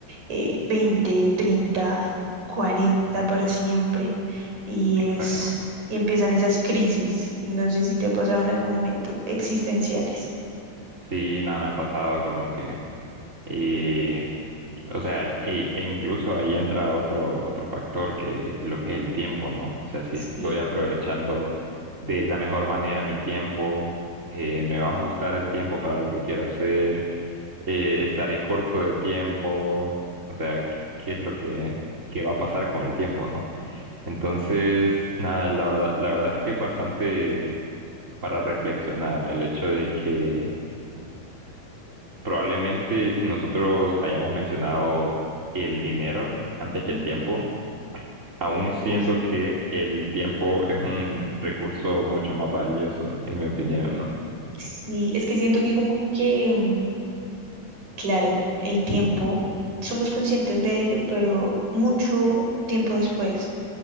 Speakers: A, on the right; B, on the right.
A: eh, 20, 30, 40
B: Ujú,
A: para siempre. Y
B: Exactamente.
A: es, y empiezan esas crisis, no sé si te ha pasado en algún momento, existenciales.
B: Sí, nada, me ha pasado como que, eh, o sea, e, e e incluso ahí entra otro, otro factor que lo que es el tiempo, ¿no? O sea, si
A: Sí.
B: estoy aprovechando de la mejor manera mi tiempo, eh, me va a ajustar el tiempo para lo que quiero hacer, eh, estaré corto de tiempo, o sea, ¿qué qué es lo que, qué va a pasar con el tiempo, ¿no? Entonces, nada, la verdad, la verdad es que es bastante para reflexionar el hecho de que probablemente nosotros hayamos mencionado el dinero antes que
A: Ujú.
B: el tiempo, aun siendo
A: Uf.
B: que el tiempo es un recurso mucho más valioso, en mi opinión, ¿no?
A: Sí, es que siento que como que, mm, claro, el tiempo, somos conscientes de ello, pero mucho tiempo después,